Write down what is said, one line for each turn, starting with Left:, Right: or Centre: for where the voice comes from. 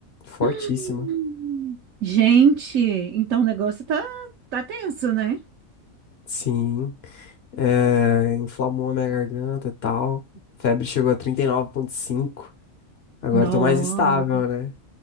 Left: fortíssima.
Right: Hum, gente, então o negócio tá, tá tenso, né?
Left: Sim. É, inflamou a minha garganta e tal. Febre chegou a 39,5. Agora
Right: Nossa,
Left: eu tô mais estável, né?